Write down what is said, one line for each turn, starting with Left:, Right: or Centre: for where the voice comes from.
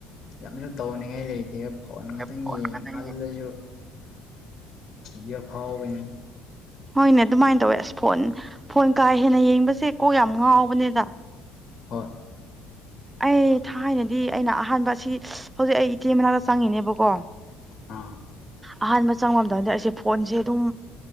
Left: ꯌꯥꯝꯁꯨ ꯇꯧꯅꯤꯡꯉꯥꯏ ꯂꯩꯇꯦ ꯑ ꯐꯣꯟ ꯈꯛꯇꯪ
Right: ꯐꯣꯟ
Left: ꯌꯦꯡꯉꯤ
Right: ꯉꯥꯛꯇꯪ
Left: ꯃꯜꯂꯁꯨ ꯌꯦ ꯐꯥꯎ ꯑꯣꯏꯅꯅꯦ
Right: ꯍꯣꯏꯅꯦ ꯑꯗꯨꯃꯥꯏꯅ ꯇꯧꯋꯦ ꯑꯁ ꯐꯣꯟ ꯐꯣꯟ ꯀꯥ ꯍꯦꯟꯅ ꯌꯦꯡꯕꯁꯦ ꯀꯣ ꯌꯥꯝ ꯉꯥꯎꯕꯅꯦꯗ
Left: ꯍꯣꯏ
Right: ꯑꯩ ꯊꯥꯏꯅꯗꯤ ꯑꯩꯅ ꯑꯍꯥꯟꯕ ꯑꯁꯤ ꯍꯧꯖꯤꯛ ꯑꯩ ꯏꯆꯦ ꯃꯅꯥꯛꯇ ꯆꯪꯉꯤꯅꯦꯕꯀꯣ
Left: ꯑꯥ
Right: ꯑꯍꯥꯟꯕ ꯆꯪꯕꯝꯗꯗꯤ ꯑꯩꯁꯦ ꯐꯣꯟꯁꯦ ꯑꯗꯨꯝ